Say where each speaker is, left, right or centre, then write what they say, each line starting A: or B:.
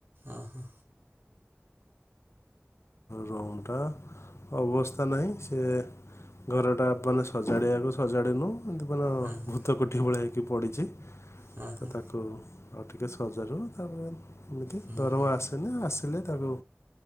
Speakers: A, on the right; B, on the left.
A: ଓ ହୋ।
B: ରୁମ୍ଟା ଅବସ୍ଥା ନାହିଁ ସେ ଘରଟା ମାନେ ସଜାଡ଼ିବାକୁ ସଜାଡ଼ିନୁ ଦୀବନ
A: ହଁ ହଁ
B: ଭୂତ କୋଠି ଭଳିଆ ହେ କି ପଡ଼ିଛି।
A: ହଁ
B: ତ
A: ହଁ।
B: ତାକୁ ଆଉ ଟିକେ ସଜାଡ଼ିବୁ ତା ଏମିତି
A: ହୁଁ
B: ଦରମା
A: ହୁଁ
B: ଆସେନା ଆସିଲେ ତାକୁ